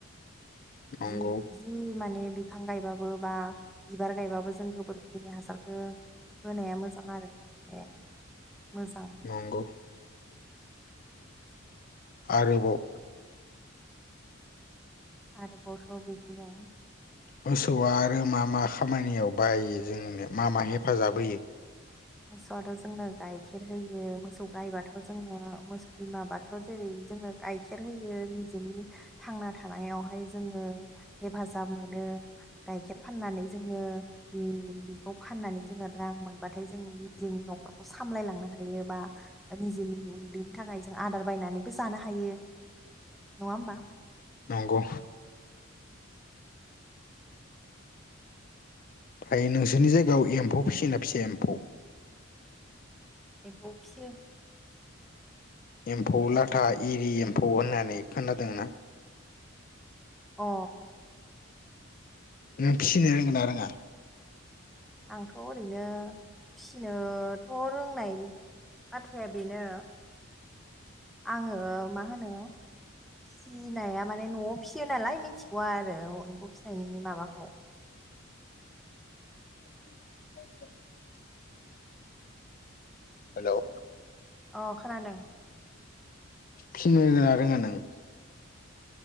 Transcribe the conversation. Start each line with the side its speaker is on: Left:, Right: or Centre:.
Left: नंगौ
Centre: जि जि माने बिफां गायबाबो बा बिबार गायबाबो जों गोबोरखिनि हासारखो होनाया मोजां आरोना <inaudible> माने मोजां
Left: नंगौ आरोबाव
Centre: आरो बाआव'थ बिब्दिनो
Left: मोसौआ आरो मा मा खामानियाव बाहायो जोंनो मा मा हेफाजाब होयो?
Centre: मोसौआथ' जोंनो गाइखेर होयो मोसौ गायबाथ' जोंनो मोसौ बिमाबाथ' जेरै' जोंनो गाइखेर होयो निजेनि थांना थानायावहाय जोङो हेफाजाब मोनो <inaudible> गाइखेर फाननानै जोङो बि बेखौ फाननानै जोङो रां मोनबाथाय जों निजोंनि न'खरखौ सामलायलांनो हायो बा निजेनि उदैनि थाखाय जों आदार बायनानैबो जानो हायो नङ हबा?
Left: नंगौ। थायो नोंसोरनि जायगायाव एम्फौ फिसियोना फिसिया? एम्फौ
Centre: एम्फौ फिसियो
Left: एम्फौ लाथा एरि एम्फौ होननानै खोनादोंना?
Centre: अ
Left: नों फिसिनो रोंगोननाा रोङा?
Centre: आंथ' ओरैनो फिसिनोथ' रोंनायनि बाथ्राया बेनो आङो मा होनो फिसिनाया माने न'आव फिसियो नालाय मिथिगौवा आरो एम्फौ फिसिनायनि माबाखौ?
Left: <inaudible> हेल'
Centre: अ खोनादों।
Left: फिनो रोङा आं <unintelligible>